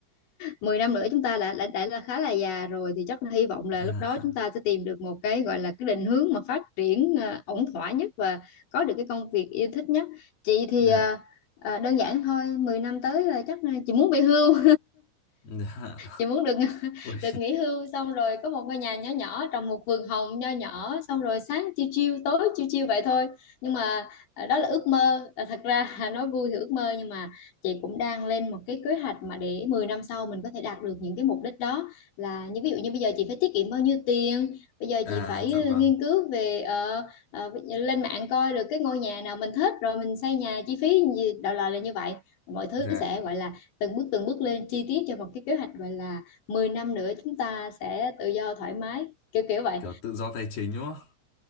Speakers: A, on the left; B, on the left.
A: mười năm nữa chúng ta đã, đã đã là khá là già rồi thì chắc là hy vọng là
B: <laughs> Dạ.
A: lúc đó chúng ta sẽ tìm được một cái gọi là cái định hướng mà phát triển ờ, ổn thỏa nhất và có được cái công việc yêu thích nhất chị thì
B: Dạ.
A: ờ, ờ, đơn giản thôi 10 năm tới là chắc ờ, chị muốn về hưu
B: <laughs>
A: chị
B: Dạ.
A: muốn được <laughs>
B: Ôi.
A: được nghỉ hưu xong rồi có một ngôi nhà nhỏ nhỏ trồng một vườn hồng nho nhỏ xong rồi sáng chiêu chiêu tối chiêu chiêu vậy thôi nhưng mà à, đó là ước mơ À, thật ra <laughs> nói vui thì ước mơ nhưng mà chị cũng đang lên một cái kế hoạch mà để 10 năm sau mình có thể đạt được những cái mục đích đó là như ví dụ như bây giờ chị phải tiết kiệm bao nhiêu tiền bây giờ
B: À
A: chị phải
B: dạ
A: ừ,
B: vâng.
A: nghiên cứu về ờ, ờ, ví dụ lên mạng coi được cái ngôi nhà nào mình thích rồi mình xây nhà chi phí gì đại loại là như vậy mọi thứ
B: Dạ,
A: sẽ gọi là từng bước từng bước lên chi tiết cho một cái kế hoạch gọi là 10 năm nữa chúng ta sẽ tự do thoải mái kiểu kiểu vậy
B: kiểu tự do tài chính đúng không?